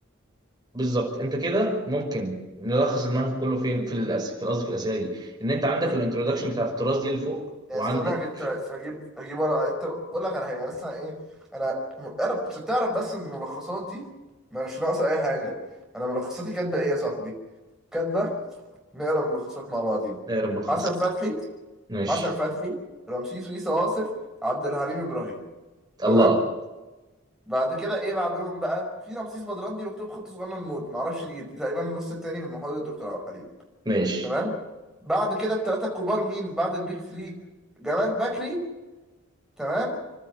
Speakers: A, on the right (about 20°); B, in the centre.
A: بالظبط انت كده ممكن نلخص المنهج كله فين في الأس... في قصدي في الاسئله دي ان انت عندك
B: يعني
A: الانترودكشن بتاعت التراث دي اللي فوق
B: يعني
A: وعندك
B: استنى هجيب هجيب هجيب ورقة أنت بقول لك على حاجة يعني مثلا إيه أنا م- اعرف عشان تعرف بس إن ملخصاتي ما مش ناقصة أي حاجة أنا ملخصاتي كاتبة إيه يا صاحبي؟ كاتبة نقرا ملخصات مع بعضينا
A: دايره ملخصات
B: حسن فتحي
A: ماشي
B: حسن فتحي رمسيس ويسا واصف عبد الحليم إبراهيم تمام؟
A: الله
B: بعد كده إيه بعدهم بقى؟ في رمسيس بدران دي مكتوب خط صغنن موت معرفش دي, دي تقريبا النص التاني من محاضرة الدكتور عبد الحليم
A: ماشي
B: تمام بعد كده الثلاثه الكبار مين بعد البيك 3 جمال بكري تمام